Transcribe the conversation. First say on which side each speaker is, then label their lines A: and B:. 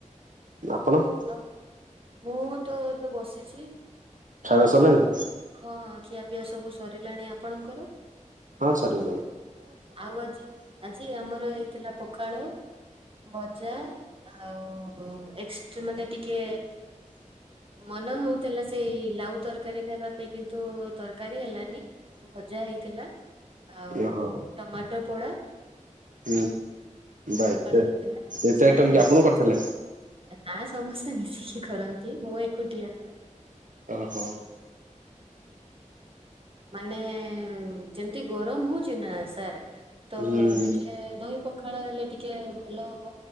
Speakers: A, on the right; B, on the right.
A: ଆପଣ?
B: ଆଉ ମୁଁ ତ ଏବେ ବସିଛି।
A: ଖାଇବା ସରିଲାଣି।
B: ହଁ ଖିଆପିଆ ସବୁ ସରିଲାଣି ଆପଣଙ୍କର?
A: ହଁ ସରି ଗଲାଣି।
B: ଆଉ ଆଜି ଆଜି ଆମର ହେଇଥିଲା ପଖାଳ ଭଜା ଆଉ ଏସ୍ ମାନେ ଟିକେ ମନ ହଉଥିଲା ସେଇ ଲାଉ ତରକାରୀ ଖାଇବା ପାଇଁ କିନ୍ତୁ ତରକାରୀ ହେଲାନି ଭଜା ହେଇଥିଲା। ଆଉ।
A: ଓହୋ
B: ମଟର ପୋଡ଼ା।
A: ହୁଁ ବା ଏତେ
B: ହେଇଥିଲା
A: ଏତେ ଆଇଟମ୍
B: ଆଜ୍ଞା।
A: କିଏ ଆପଣ କରିଥିଲେ।
B: ନା ସମସ୍ତେ ମିଶିକି କରନ୍ତି ମୁଁ ଏକୁଟିଆ ନୁହେଁ।
A: ଓହୋ।
B: ମାନେ ଯେମିତି ଗରମ ହଉଚି ନା ସାର୍ ତ
A: ହୁଁ
B: ଟିକେ ଦହି ପଖାଳ ହେଲେ ଟିକେ ଭଲ ହବ।